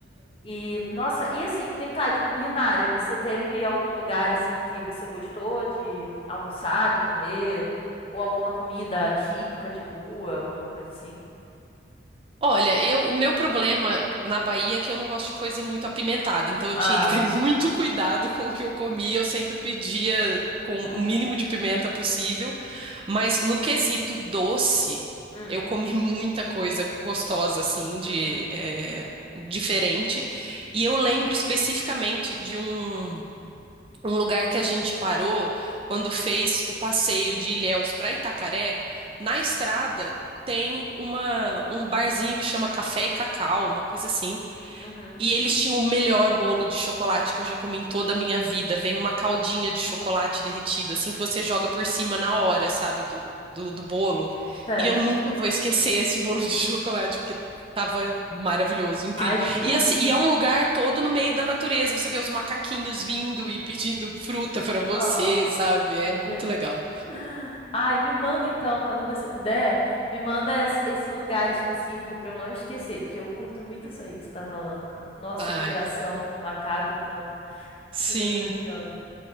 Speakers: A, on the left; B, on the right.
A: E, nossa, e assim, vem cá, de culinária, você teve algum lugar assim que você gostou de almoçar, de comer? Ou alguma comida típica de rua, alguma coisa assim?
B: Olha, eu, o meu problema na Bahia é que eu não gosto de coisa muito apimentada, então eu
A: Ah,
B: tinha que ter <laughs> muito cuidado com o que eu comia, eu sempre pedia com o
A: uhum,
B: mínimo de pimenta possível, mas no quesito doce,
A: hum,
B: eu comi <laughs> muita coisa gostosa, assim,
A: uhum,
B: de, eh, diferente, e eu lembro especificamente de um. Um lugar que a gente parou quando fez o passeio de Ilhéus para Itacaré, na estrada tem uma, um barzinho que chama Café e Cacau, uma coisa assim.
A: uhum.
B: E eles tinham o melhor bolo de chocolate que eu já comi em toda a minha vida. Vem uma caldinha de chocolate derretido, assim que você joga por cima na hora, sabe, do, do, do bolo.
A: Certo.
B: E eu nunca vou esquecer esse bolo de chocolate, porque tava maravilhoso, incrível.
A: Ai, que delícia.
B: E, assim, e é um lugar todo no meio da natureza. Você vê os macaquinhos vindo
A: Uhum.
B: e pedindo fruta pra você,
A: Ah,
B: sabe? É
A: gente.
B: muito legal.
A: Ai, me manda então, quando você puder, me manda es- esse lugar específico pra eu não esquecer, porque eu curto muito isso aí que você tá falando. com- Nossa,
B: Ai,
A: a interação com o macaco, então,
B: sim.
A: que coisa maravilhosa.